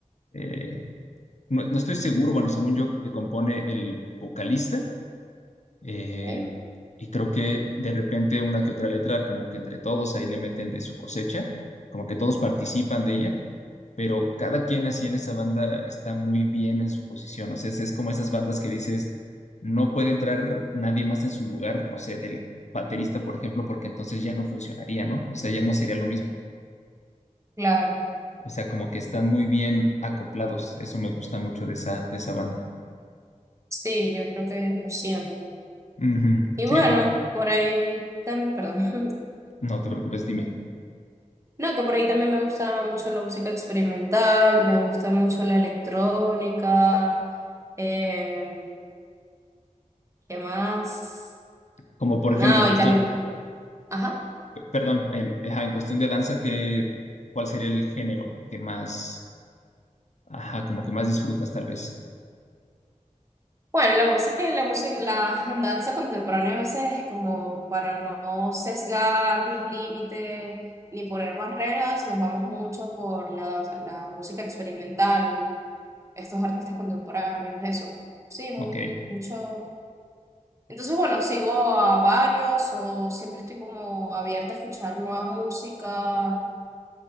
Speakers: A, on the left; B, on the right.
A: eh, no, no estoy seguro, bueno, según yo, eh, compone el vocalista eh,
B: ¿eh?
A: y creo que de repente una que otra letra, como que entre todos ahí le meten de su cosecha, como que todos participan de ella pero cada quien así en esa banda está muy bien en su posición. O sea, es, es como esas bandas que dices, no puede entrar nadie más en su lugar, no sé, del baterista, por ejemplo, porque entonces ya no funcionaría, ¿no? O sea, ya no sería lo mismo.
B: Claro,
A: O sea, como que están muy bien acoplados. Eso me gusta mucho de esa, de esa banda.
B: sí, yo creo que lo siento.
A: Ujú.
B: Y
A: Sí,
B: bueno,
A: total.
B: por ahí, también perdón. <laughs>
A: No te preocupes, dime.
B: No, que por ahí también me gusta mucho la música experimental, me gusta mucho la electrónica, eh, ¿qué más?
A: Como por ejemplo,
B: No,
A: en cuestión,
B: y también, ajá.
A: p- perdón, en, ajá, en cuestión de danza, ¿qué, cuál sería el género que más, ajá, como que más disfrutas tal vez?
B: Bueno, lo que pasa es que la música, la <laughs> danza contemporánea a veces como para no sesgar los límites ni poner barreras, nos vamos mucho por la danza- la música experimental, en estos artistas contemporáneos, eso. Sí, mu-
A: Ok,
B: mucho. Entonces, bueno, sigo a varios o siempre estoy como abierta a escuchar nueva música.